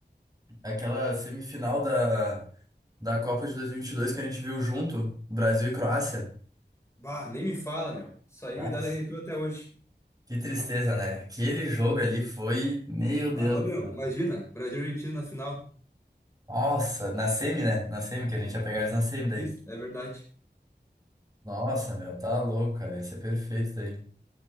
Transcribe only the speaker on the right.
aquela semifinal da, da Copa de 2022 que a gente viu junto, Brasil e Croácia.
Nossa,
que tristeza, né? Aquele jogo ali foi... Meu Deus
do
céu.
Nossa, na semi, né? Na semi, que a gente
ia pegar eles na semi daí.
Nossa, meu, tá louco, cara. Ia ser perfeito isso daí.